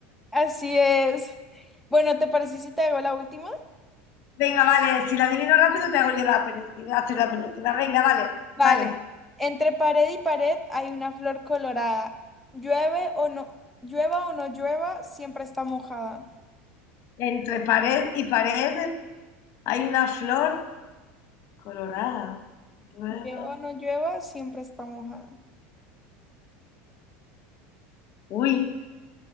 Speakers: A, in the centre; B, on the left.
A: así es. Bueno, ¿te parece si te hago la última?
B: Venga, vale, si la adivino rápido te hago yo la penúltima, haces la penúltima. Venga, vale,
A: Vale.
B: vale.
A: Entre pared y pared hay una flor colorada. Llueve o no, llueva o no llueva, siempre está mojada.
B: Entre pared y pared, Hay una flor colorada, nueva.
A: Llueva o no llueva, siempre está mojada.
B: Uy,